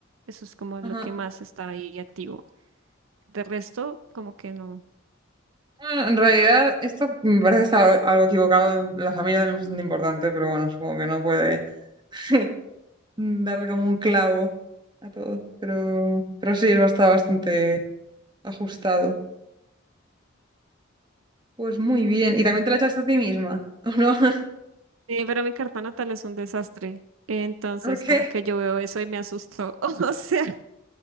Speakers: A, on the right; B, on the right.
A: Eso es como
B: ajá.
A: lo que más está ahí activo. De resto, como que no.
B: Ah, En realidad, esto me parece estar algo equivocado. en- La familia también es bastante importante, pero bueno, supongo que no puede <laughs> darle como un clavo a todo. Pero, pero sí, está bastante ajustado. Pues muy bien. ¿Y también te la echaste a ti misma? ¿O no? <laughs>
A: Eh, pero mi carta natal es un desastre. Entonces,
B: ¿Por qué?
A: como que yo veo eso y me asusto. <laughs> O sea,